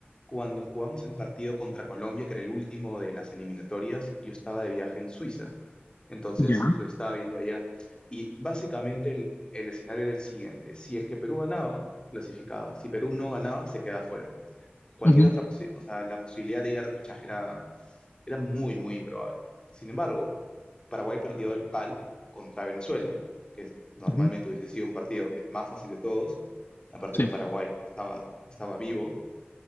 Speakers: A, on the left; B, on the left.
A: cuando jugamos el partido contra Colombia, que era el último de las eliminatorias, yo estaba de viaje en Suiza, entonces
B: Ya.
A: lo estaba viendo allá. Y básicamente el, el escenario era el siguiente, si es que Perú ganaba, clasificaba, si Perú no ganaba, se quedaba fuera. Cualquier
B: Ujú,
A: otra posibilidad, o sea, la posibilidad de ir a repechaje era, era muy, muy improbable. Sin embargo, Paraguay perdió de local contra Venezuela, que es- normalmente
B: ujú.
A: hubiese sido un partido el más fácil de todos, aparte
B: Sí,
A: que Paraguay estaba, estaba vivo,